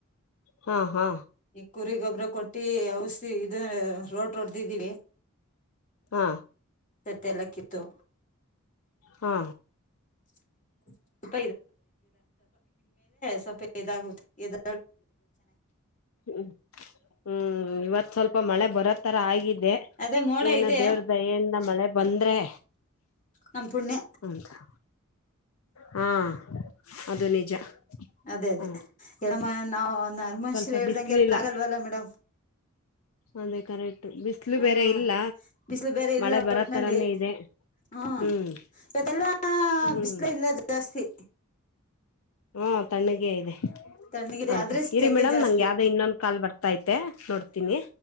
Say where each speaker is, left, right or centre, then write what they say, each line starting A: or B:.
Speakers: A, on the left; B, on the left.
A: ಹಾ ಹಾ
B: ಕುರಿಗೊಬ್ರ ಕೊಟ್ಟಿ ಔಷದಿ ಇದೆ ರೋಡ್ ಹೊಡ್ದಿದ್ದೀನಿ
A: ಹಾ
B: ತತ್ತ <unintelligible> ಎಲ್ಲಾ ಕಿತ್ತು
A: ಹಾ
B: <unintelligible> ಸೊಪ್ಪ ಇದ ಆಗುತ್ತೆ ಇದ್
A: ಹಾ ಇವತ್ತು ಸ್ವಲ್ಪ ಮಳೆ ಬರೋ ತರ ಆಗಿದೆ
B: ಅದೇ ಮೋಡ
A: ಏನೋ
B: ಇದೆ
A: ದೇವರ ದಯೆಯಿಂದ ಮಳೆ <inaudible> ರೇ
B: ನಮ್ ಪುಣ್ಯ
A: <unintelligible> ಹಾ ಅದು ನಿಜ
B: ಅದೇ ಅದೇ
A: ಹ
B: ಏನಮ್ಮ <unintelligible> <unintelligible> ನರ್ಮನ್ಶರ
A: ಸ್ವಲ್ಪ
B: ಹೇಳ್ದಂಗೆನ್
A: ಬಿಸ್ಲಿಲ್ಲ
B: ಆಗಲ್ವಲ್ಲ ಮೇಡಂ
A: ಅದೇ ಕರೆಕ್ಟ್ ಬಿಸಿಲು
B: ಹ
A: ಬೇರೆ
B: ಹಾ
A: ಇಲ್ಲ
B: ಬಿಸಿಲ್ ಬೇರೆ ಇಲ್ಲ
A: ಮಳೆ ಬರೋ
B: ಒಟ್ನಲ್ಲಿ
A: ತರಾನೇ ಇದೆ
B: ಆಹಾ
A: ಹ್ಮ್
B: ಈಕಡೆ ಎಲ್ಲ
A: ಹ್ಮ್
B: ಬಿಸ್ಲೆ ಇಲ್ಲ ಜಾಸ್ತಿ
A: ಹಾ ತಣ್ಣಗೆ ಇದೆ
B: ತಣ್ಣಗಿದೆ
A: ಅಂತೆ
B: ಆದ್ರೆ ಸೆಕೆ
A: ಇರಿ ಮೇಡಂ,
B: ಜಾಸ್ತಿ.
A: ನಂಗೆ ಯಾವುದೋ ಇನ್ನೊಂದು ಕಾಲ್ ಬರ್ತಿದೆ ನೋಡ್ತೀನಿ